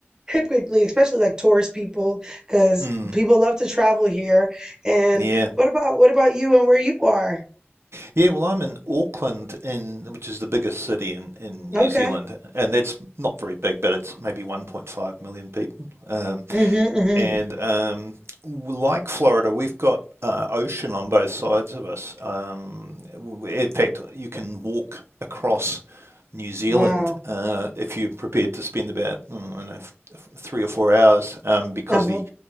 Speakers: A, on the right (about 15°); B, on the right (about 75°).
A: Typically, especially like tourist people, because
B: Mm,
A: people love to travel here, and
B: yeah,
A: what about what about you and where you are?
B: yeah. Well, I'm in Auckland, in which is the biggest city in in New
A: Okay.
B: Zealand, and that's not very big, but it's maybe 1.5 million people. Um,
A: Mm-hmm. Mm-hmm.
B: and um, like Florida, we've got uh, ocean on both sides of us. Um, in fact, you can walk across New Zealand
A: Wow.
B: uh, if you're prepared to spend about mm, I don't know, three or four hours um, because
A: Uh-huh.
B: the